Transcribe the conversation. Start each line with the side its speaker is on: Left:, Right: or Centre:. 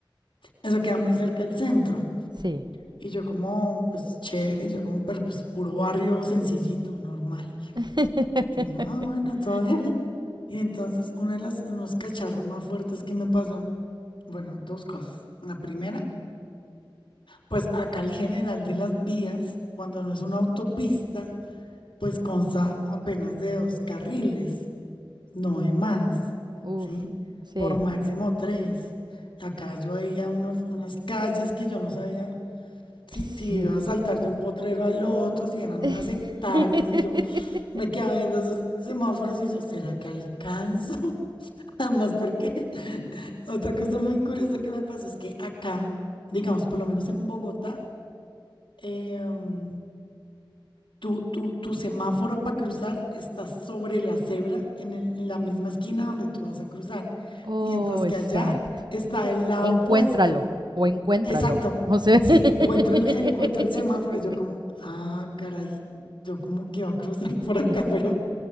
Left: Eso queda muy cerca del centro.
Right: Sí.
Left: Y yo como, pues chévere, yo como, pero pues puro barrio sencillito, normal.
Right: <laughs>
Left: Y yo, ah, bueno, todo bien. <laughs> Y entonces uno de los, unos cacharros más fuertes que me pasó, bueno, dos cosas. La primera, pues acá el general de las vías, cuando no es una autopista, pues consta apenas de dos carriles, no de más,
Right: Uf,
Left: ¿sí?
Right: sí.
Left: Por máximo tres. Acá yo veía unos, unas calles que yo no sabía sí,
Right: Sí.
Left: sí, iba a saltar de un potrero al otro, si eran
Right: <laughs>
Left: unas hectáreas, y yo me quedaba viendo esos semáforos y yo, ¿será que alcanzo? <laughs> Además, porque <laughs> otra cosa muy curiosa que me pasó es que acá, digamos, por lo menos en Bogotá, em, tu, tu, tu semáforo para cruzar está sobre la cebra, en, el- en la misma esquina donde tú vas a cruzar,
Right: Oh,
Left: mientras que
Right: exacto.
Left: allá está el lado
Right: Encuéntralo
Left: opuesto.
Right: o encuéntralo.
Left: Exacto.
Right: O sea.
Left: Sí, encuentra
Right: <laughs>
Left: el, encuentra el semáforo. y Yo como, ah, caray, yo como que va a cruzar por acá,
Right: Sí.
Left: pero...